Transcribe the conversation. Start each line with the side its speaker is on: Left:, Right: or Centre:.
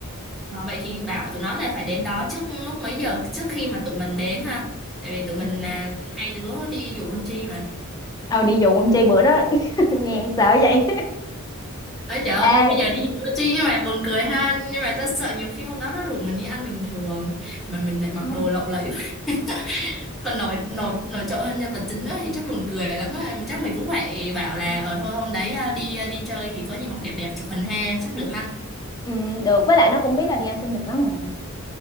Centre: ờ, vậy thì bảo tụi nó là phải đến đó trước lúc mấy giờ trước khi mà tụi mình đến ha. Tại vì tụi mình
Left: ừ.
Centre: là hai đứa đi dụ anh Chi mà.
Left: Ờ đi dụ con Chi bữa đó <laughs> nghe sợ vậy
Centre: Ấy trời ơi,
Left: <laughs> Ê
Centre: bây giờ đi dự chi nhưng mà buồn cười ha Nhưng mà tao sợ nhiều khi hôm đó nó rủ mình đi ăn bình thường Mà mình lại mặc
Left: không
Centre: đồ lộng lẫy <laughs> Còn nổi nổi nổi trội hơn nhân vật chính nữa thì chắc buồn cười lắm á Chắc mình cũng phải bảo là
Left: ừ,
Centre: ở thôi hôm đấy à, đi ờ, đi chơi thì có gì mặc đẹp đẹp chụp hình ha Chắc được ha
Left: ừ, được với lại nó cũng biết là đi ăn sinh nhật nó mà